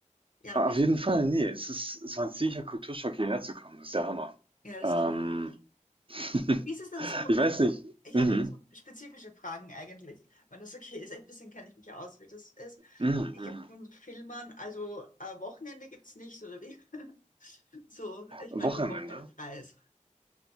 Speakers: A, on the left; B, on the right.
A: Ja,
B: auf
A: und wie ist
B: jeden
A: es?
B: Fall, nee, es ist es war ein ziemlicher Kulturschock, hierher zu kommen. Das ist der Hammer.
A: Ja, das
B: Ähm,
A: glaube ich.
B: <laughs>
A: Wie ist es denn so?
B: ich weiß nicht
A: Ich
B: mhm,
A: habe eh so spezifische Fragen eigentlich, wenn das okay ist. Ein bisschen kenne ich mich ja aus, wie das ist.
B: mhm,
A: Ich
B: mhm.
A: von Filmern, also äh, Wochenende gibt es nicht, oder wie? <laughs> So, ich
B: Wochenende
A: meine, dass Wochenende frei ist.